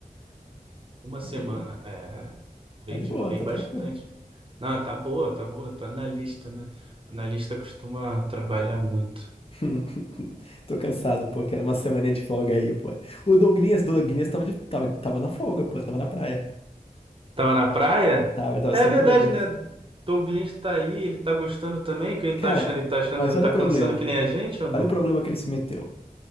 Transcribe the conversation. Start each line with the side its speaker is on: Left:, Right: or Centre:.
Right: Uma semana,
Left: Bem de boa.
Right: é, vem,
Left: Tá de
Right: de,
Left: boa,
Right: vem
Left: tá
Right: bastante.
Left: tranquilo.
Right: Não, tá boa, tá boa, tô analista, né? Analista costuma trabalhar muito.
Left: <laughs> Tô cansado, pô. Quero uma semaninha de folga aí, pô. O Douglinhas, Douglinhas tava, de, tava, tava na folga, pô. Tava na praia.
Right: Tava na praia?
Left: Tava, ele tava
Right: É
Left: sem
Right: verdade,
Left: projeto.
Right: né? Douglas tá aí, ele tá gostando também, o que ele
Left: Cara,
Right: tá achando? Ele tá achando,
Left: mas olha
Right: tá
Left: o problema.
Right: cansando que nem a gente ou não?
Left: Olha o problema que ele se meteu.